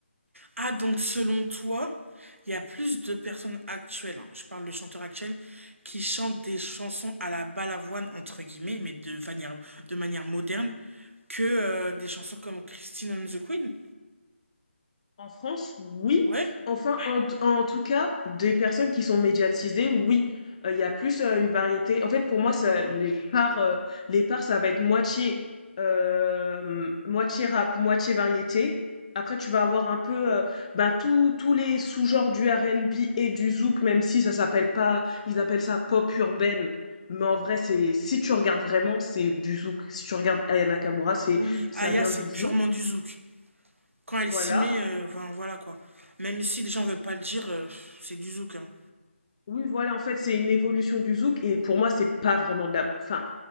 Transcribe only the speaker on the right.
Ah donc selon toi, il y a plus de personnes actuelles, hein, je parle de chanteurs actuels, qui chantent des chansons à la balavoine, entre guillemets, mais de manière, de manière moderne, que euh, des chansons comme Christine and the Queen?
Ouais?
Oui,
Aya,
c'est
purement
du zouk. Quand elle
s'y met, euh, enfin, voilà quoi. Même si les gens veulent pas le dire, euh, c'est du zouk. hein.